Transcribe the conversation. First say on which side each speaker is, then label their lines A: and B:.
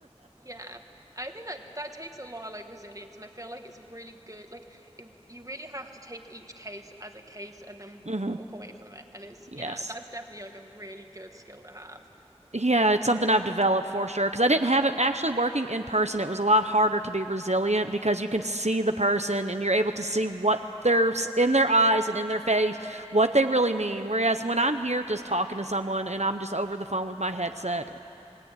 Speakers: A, on the right; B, on the right.
A: Yeah. I think that that takes a lot of like resilience and I feel like it's really good like it, you really have to take each case as a case and then
B: <laughs> hmm
A: walk away from it and it's
B: Yes.
A: yeah, that's definitely like a really good skill to have.
B: Yeah, it's something I've developed for sure because I didn't have it actually working in person. It was a lot harder to be resilient because you can see the person and you're able to see what they're s- in their eyes and in their face, what they really mean. Whereas when I'm here just talking to someone and I'm just over the phone with my headset,